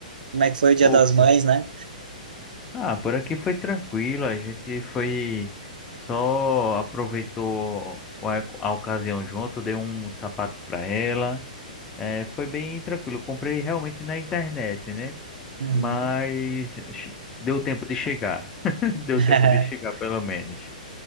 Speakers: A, on the right (about 80°); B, on the left (about 15°).
A: como é que foi o Dia
B: Opa.
A: das Mães, né?
B: Ah, por aqui foi tranquilo. A gente foi só aproveitou a, a ocasião junto, dei um sapato para ela. É, foi bem tranquilo. Comprei realmente na internet, né?
A: Uhum.
B: Mas che- deu tempo de chegar. <laughs> Deu
A: <laughs>
B: tempo de chegar, pelo menos.